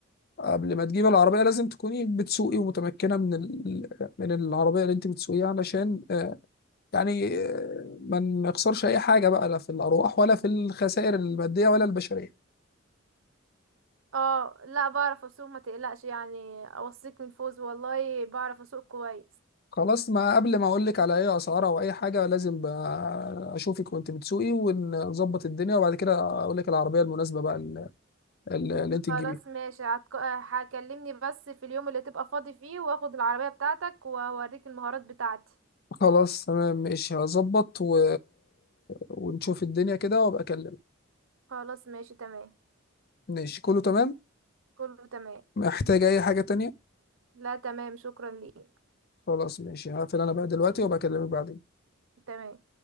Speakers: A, on the left (about 50°); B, on the right (about 75°).
A: آه، قبل ما تجيب العربيه لازم تكوني بتسوقي ومتمكنه من ال... من العربيه اللي انت بتسوقيها علشان آه، يعني آه، ما نخسرش اي حاجه بقى لا في الارواح ولا في الخسائر الماديه ولا البشريه
B: اه لا بعرف اسوق ما تقلقش يعني اوصيك من فوز والله بعرف اسوق كويس
A: خلاص ما قبل ما اقول لك على اي اسعار او اي حاجه لازم ب- اشوفك وانت بتسوقي ونظبط الدنيا وبعد كده اقول لك العربيه المناسبه بقى اللي, اللي انت تجيبيها
B: خلاص ماشي هتك- هكلمني بس في اليوم اللي تبقى فاضي فيه واخد العربية بتاعتك واوريك المهارات بتاعتي
A: خلاص تمام ماشي هظبط و... ونشوف الدنيا كده وابقى اكلمك
B: خلاص ماشي تمام
A: ماشي كله تمام
B: كله تمام
A: محتاج اي حاجة تانية
B: لا تمام شكرا ليك
A: خلاص ماشي هقفل انا بقى دلوقتي وابقى اكلمك بعدين
B: تمام